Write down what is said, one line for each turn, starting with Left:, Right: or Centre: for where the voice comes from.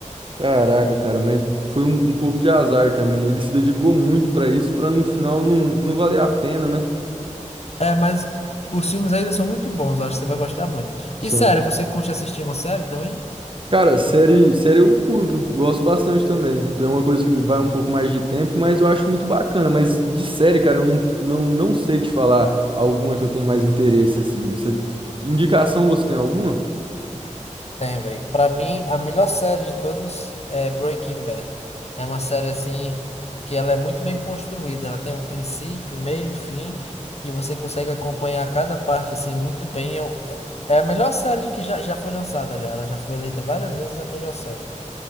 Right: Caraca, cara, mas foi um, um pouco de azar também. Ele se dedicou muito pra isso, pra no final não, não valer a pena, né?
Left: É, mas os filmes ainda são muito bons, eu acho que você vai gostar muito.
Right: São.
Left: E sério, você curte assistir uma série também?
Right: Cara, série, série eu curto, gosto bastante também. É uma coisa que vai um pouco mais de tempo, mas eu acho muito bacana. Mas de série, cara, eu não, não, não sei te falar alguma que eu tenho mais interesse, assim. Você- indicação você tem alguma?
Left: Tem, velho. Pra mim, a melhor série de todas é Breaking Bad. É uma série assim que ela é muito bem construída. Ela tem um princípio, meio e fim, e você consegue acompanhar cada parte assim muito bem. Eu, é é a melhor série que já, já foi lançada já. Ela já foi eleita várias vezes a melhor série.